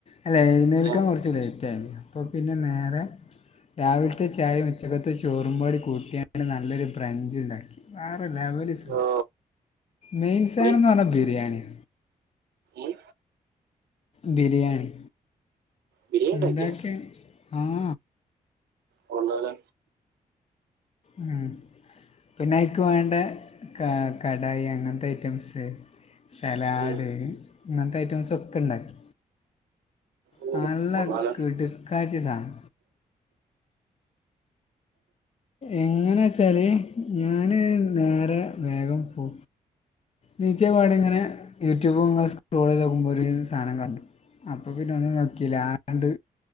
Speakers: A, on the left; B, on the right.
A: അല്ല എഴുന്നേൽക്കൻ
B: ആ
A: കുറച്ച് ലേറ്റാ രുന്നു അപ്പൊ പിന്നെ നേരെ രാവിലത്തെ ചായയും ഉച്ചക്കത്ത ചോറുംകൂ ടി കൂട്ടിയ നല്ലൊരു ബ്രഞ്ച് ണ്ടായി വേറെലെവവ് സ
B: ഓ
A: മെയിൻ സാധന
B: പുളി
A: ന്ന് പറഞ്ഞ ബിരിയാണിആ
B: ഉം.
A: ബിരിയാണി
B: ബിരിയാണി ഉണ്ടാക്കിയ
A: എന്താക്കെ ആഹ
B: കൊള്ളാല്ലോ
A: ഹ്മ്മ്, പിന്നെ അയിക്ക് വേണ്ട ക കടായി അങ്ങൻത്തെ ഐറ്റംസ് സലാഡ്
B: ഉം.
A: ഇങ്ങൻത്തെ ഐറ്റംസൊക്കെ ഇണ്ടാക്കി.
B: ഉം,
A: <inaudible> ന ല്ല
B: കൊള്ളാലോ
A: കി ടു ക്കാ ച്ചി സാദനം എങ്ങനാ ച്ചാല് ഞാന് നേരെ വേഗം പോ നീച്ചപാടിങ്ങനെ യൂട്യൂബ് ഇങ്ങനെ സ്ക്രോളെയ്ത് നോക്കുമ്പോ ഒര് സാധനം കണ്ടു അപ്പൊ പിന്നെ ഒന്നും നോക്കീ ല ആണ്ട്